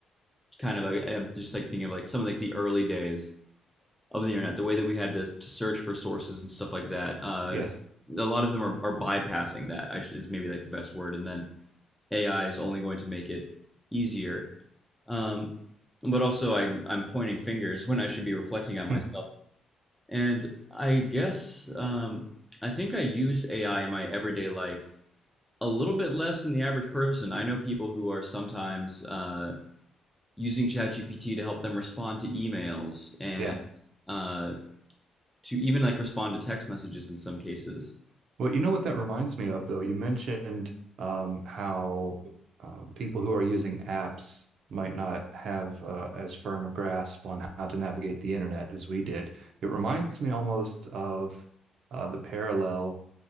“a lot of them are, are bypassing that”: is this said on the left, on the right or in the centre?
Centre